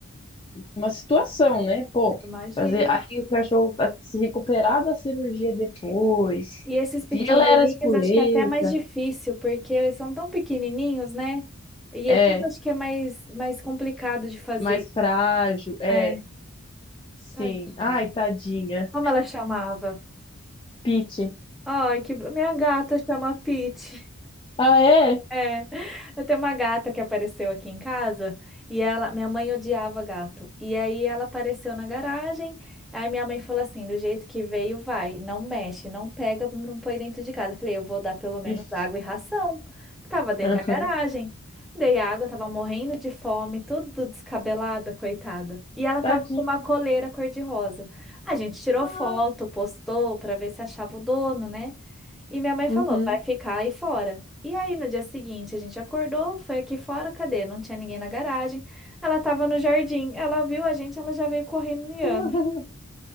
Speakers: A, on the left (about 20°); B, in the centre.
A: uma situação, né? Pô,
B: imagino.
A: fazer aí o cachorro tá se recuperar da cirurgia depois.
B: E esses pequenininhos
A: E ela era espoleta,
B: acho que é até mais difícil, porque eles são tão pequenininhos, né? E
A: é,
B: é tudo acho que é mais, mais complicado de fazer.
A: mais frágil, é,
B: É,
A: sim.
B: tadinha.
A: Ai, tadinha.
B: Como ela chamava?
A: Pete.
B: Ai, que minha gata chama Pete.
A: Ah, é?
B: É, eu tenho uma gata que apareceu aqui em casa e ela, minha mãe odiava gato. E aí ela apareceu na garagem. Aí minha mãe falou assim: do jeito que veio, vai, não mexe, não pega, não põe dentro de casa. Eu falei: eu vou dar pelo menos
A: Ixi.
B: água e ração. Tava dentro
A: Aham.
B: da garagem. Dei água, tava morrendo de fome, tudo descabelada, coitada. E ela
A: Tadinha.
B: tava com uma coleira cor-de-rosa. A gente tirou
A: Ah,
B: foto, postou pra ver se achava o dono, né? E minha mãe
A: uhum.
B: falou, vai ficar aí fora. E aí, no dia seguinte, a gente acordou, foi aqui fora, cadê? Não tinha ninguém na garagem. Ela tava no jardim, ela viu a gente, ela já veio correndo miando.
A: <laughs>